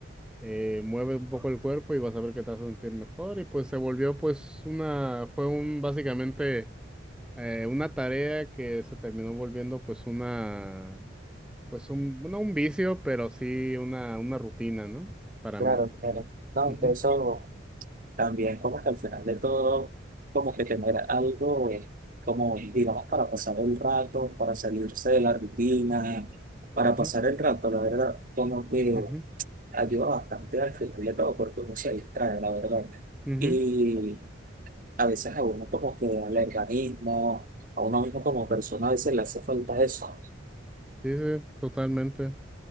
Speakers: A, in the centre; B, on the right.
A: eh, mueve un poco el cuerpo y vas a ver que te vas a sentir mejor. Y pues se volvió pues una, fue un, básicamente, eh, una tarea que se terminó volviendo pues una, pues un, no un vicio, pero sí una, una rutina, ¿no? Para
B: Claro,
A: mí.
B: claro. No,
A: Ujú,
B: que eso también como que al final de todo, como que tener algo, eh, como digamos, para pasar el rato, para salirse de la rutina, para
A: ujú,
B: pasar el rato, la verdad, como que
A: ujú,
B: ayuda bastante al final de todo, porque uno se distrae, la verdad.
A: ujú.
B: Y a veces a uno como que al organismo, a uno mismo como persona, a veces le hace falta eso.
A: Sí, sí, totalmente.